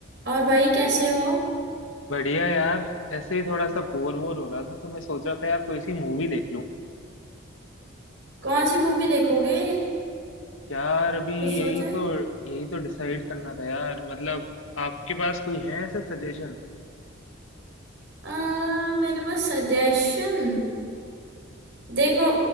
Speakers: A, on the right; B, on the left.
A: और भाई कैसे हो
B: बढ़िया यार ऐसे ही थोड़ा सा बोर वोर हो रहा था तो मैं सोच रहा था यार कोई सी मूवी देख लूं
A: कौन सी मूवी देखोगे
B: यार अभी
A: कुछ सोचा
B: यही
A: है
B: तो यही तो डिसाइड करना था यार मतलब आपके पास कोई है ऐसे सजेशन
A: आ, मेरे पास सजेशन देखो